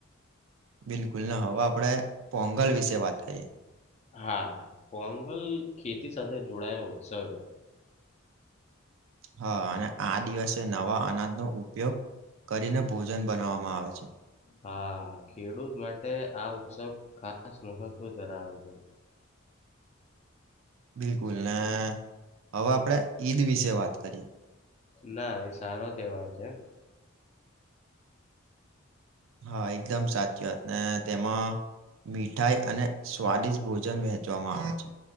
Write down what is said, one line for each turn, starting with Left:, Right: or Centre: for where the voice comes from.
Right: બિલકુલ ને હવે આપણે પોંગલ વિશે વાત કરીએ
Left: હા પોંગલ ખેતી સાથે જોડાયેલા ઉત્સવ છે.
Right: હા અને આ દિવસે નવા અનાજનો ઉપયોગ કરીને ભોજન બનાવવામાં આવે છે
Left: હા ખેડૂત માટે આ ઉત્સવ ખાસ મહત્વ ધરાવે છે.
Right: બિલકુલ ને હવે આપણેે ઈદ વિશે વાત કરીએ
Left: ના એ સારો તહેવાર છે.
Right: હા એકદમ સાચી વાત ને તેમાં મીઠાઈ અને સ્વાદિષ્ટ ભોજન વહેંચવામાં આવે છે.